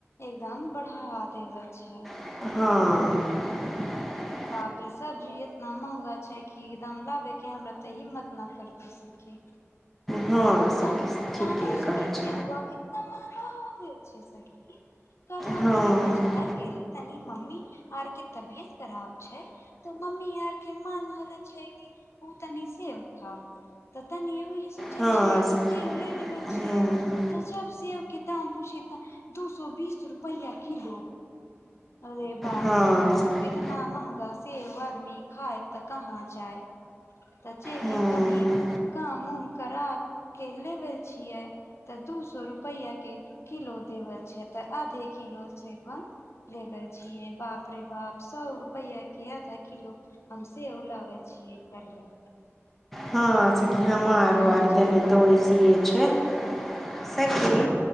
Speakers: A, on the left; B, in the centre.
A: एकदम बढ़ावा देवल छै
B: हँ
A: बाप रे सब्जी इतना महंगा छै कि एकदम लाबे के हमरा तही हिमत ना करते
B: हँ सखी
A: आ जानाऐसा
B: ठीके कहै
A: कस
B: छ
A: से हुआ क <unintelligible> महगा हो गेल छै सखी कल हम
B: हँ
A: तनी बाजार गेली तनी मम्मी आारके तबियत खराब तऽ मम्मी आर के मन होले छै कि पू त नि सेेव खाव तनि ई सोचल
B: हँ
A: छिय कि
B: सखी
A: सेव ले लेवल
B: हूँ
A: छियै तऽ जब सेव के दाम पूछिे त दू सए बीस रुपैआ कििलो ओे बाप
B: हँ
A: रे बाप
B: सखी
A: इतना महगा सेव आदमी खााय तऽ कहाँ जाय त जेे
B: हूँ
A: ही तनी काम उम करा के लेबै छियै तऽ दू सए रुपैआ के किलो देवल छै तऽ आधे किलो सेवा लेबर छियै बाप रे बाप सए रुपैआ के आधा किलो हम हम सेब लाबै छियै कर ले
B: हँ सखी हम आरो
A: अकड़
B: आर
A: छै
B: गनीितो
A: एकदम
B: ऐसे छै सखी